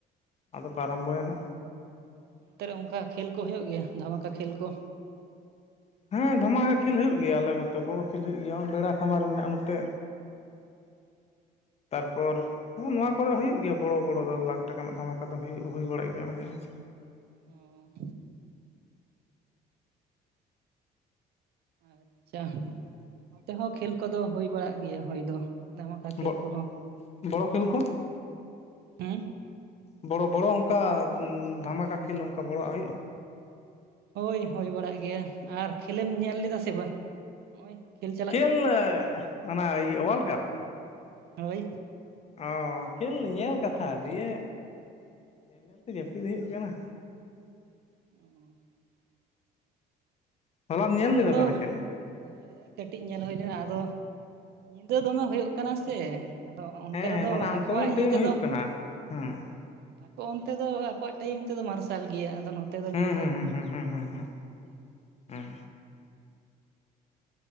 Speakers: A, on the left; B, on the right.
A: ᱟᱫᱚ ᱠᱚ ᱟᱨᱟᱢᱵᱚᱭᱟ ᱱᱷᱟᱜ᱾
B: ᱛᱮ ᱨᱮ ᱚᱝᱠᱟ ᱠᱷᱮᱹᱞ ᱠᱚ ᱦᱩᱭᱩᱜ ᱜᱮᱭᱟ, ᱫᱷᱟᱢᱟᱠᱟ ᱠᱷᱮᱹᱞ ᱠᱚ?
A: ᱦᱮᱸᱻ, ᱫᱷᱟᱢᱟᱠᱟ ᱠᱷᱮᱹᱞ ᱦᱩᱭᱩᱜ ᱜᱮᱭᱟ ᱟᱞᱮ ᱱᱚᱛᱮ ᱵᱚᱲᱚ ᱠᱷᱮᱹᱞ ᱦᱩᱭᱩᱜ ᱜᱮᱭᱟ ᱚᱸᱵᱮᱲᱟ ᱠᱷᱟᱢᱟᱨ ᱢᱮᱱᱟᱜᱼᱟ ᱱᱚᱛᱮ᱾ ᱛᱟᱨᱯᱚᱨ ᱦᱩᱸ, ᱱᱚᱣᱟ ᱠᱚᱨᱮ ᱦᱩᱭᱩᱜ ᱜᱮᱭᱟ ᱵᱚᱲᱚ-ᱵᱚᱲᱚ ᱫᱚ ᱞᱟᱠ ᱴᱟᱠᱟ ᱱᱟᱜ ᱫᱷᱟᱢᱟᱠᱟ ᱫᱚ ᱦᱩᱭᱩᱜ, ᱦᱩᱭ ᱵᱟᱲᱟᱜ ᱜᱮᱭᱟ ᱢᱟᱡᱷᱮ-ᱢᱟᱡᱷᱮ᱾
B: ᱚᱸ᱾ ᱟᱪᱪᱷᱟ, ᱱᱚᱛᱮ ᱦᱚᱸ ᱠᱷᱮᱞ ᱠᱚᱫᱚ ᱦᱩᱭ ᱵᱟᱲᱟᱜ ᱜᱮᱭᱟ ᱦᱭ ᱫᱚ᱾ ᱫᱷᱟᱟᱢᱟᱠᱟ ᱠᱷᱮᱞ
A: ᱵᱚ
B: ᱠᱚᱦᱚᱸ
A: ᱵᱚᱲᱚ ᱠᱷᱮᱞ ᱠᱚ
B: ᱦᱮᱸ
A: ᱵᱚᱲᱚ ᱵᱚᱲᱚ ᱚᱝᱠᱟ ᱫᱷᱟᱢᱟᱠᱟ ᱠᱷᱮᱞ ᱚᱝᱠᱟ ᱵᱚᱲᱚᱣᱟᱜ ᱦᱩᱭᱩᱜᱼᱟ᱾
B: ᱦᱳᱭ, ᱦᱳᱭ ᱵᱟᱲᱟᱜ ᱜᱮᱭᱟ ᱟᱨ ᱠᱷᱮᱞᱮᱢ ᱧᱮᱞ ᱞᱮᱫᱟ ᱥᱮ ᱵᱟᱝ? ᱱᱚᱜ ᱠᱷᱮᱞ ᱪᱟ
A: ᱠᱷᱮᱞ ᱚᱱᱟ ᱚᱣᱟᱨᱞᱰ ᱠᱟᱯ
B: ᱦᱳᱭ
A: ᱚ ᱠᱷᱮᱞ ᱧᱮᱞ ᱠᱟᱛᱷᱟ ᱫᱤᱭᱮ ᱧᱮᱞ ᱧᱮᱞ ᱛᱮ ᱡᱟᱹᱯᱤᱫ ᱦᱩᱭᱩᱜ ᱠᱟᱱᱟ᱾
B: <inaudible>
A: ᱦᱚᱞᱟᱢ ᱧᱮᱞ ᱞᱮᱫᱟ
B: ᱟᱫᱚ
A: ᱛᱟᱦᱚᱞᱮ ᱠᱷᱮᱞ
B: ᱦᱮᱸ ᱠᱟᱹᱴᱤᱡ ᱧᱮᱞ ᱦᱩᱭ ᱞᱮᱱᱟ ᱟᱫᱚ ᱧᱤᱫᱟᱹ ᱫᱚᱢᱮ ᱦᱩᱭᱩᱜ ᱠᱟᱱᱟ ᱥᱮ, ᱟᱫᱚ ᱚᱱᱛᱮ
A: ᱦᱮᱸ
B: ᱨᱮᱫᱚ
A: ᱦᱮᱸ ᱢᱟᱱᱮ ᱟᱱᱠᱚᱢᱚᱱ
B: ᱟᱠᱚᱣᱟᱜ
A: ᱴᱟᱭᱤᱢ
B: ᱤᱭᱟᱹ ᱛᱮᱫᱚ,
A: ᱦᱩᱭᱩᱜ ᱠᱟᱱᱟ ᱦᱮᱸ
B: ᱟᱠᱚ ᱚᱱᱛᱮ ᱫᱚ ᱟᱠᱚᱣᱟᱜ ᱴᱟᱭᱤᱢ ᱛᱮᱫᱚ ᱢᱟᱨᱥᱟᱞ ᱜᱮᱭᱟ ᱟᱫᱚ ᱱᱚᱛᱮ ᱫᱚ
A: ᱦᱩᱸ
B: ᱧᱤᱫᱟᱹ᱾
A: ᱦᱩᱸ ᱦᱩᱸ ᱦᱩᱸ ᱦᱩᱸ ᱦᱩᱸ ᱦᱩᱸ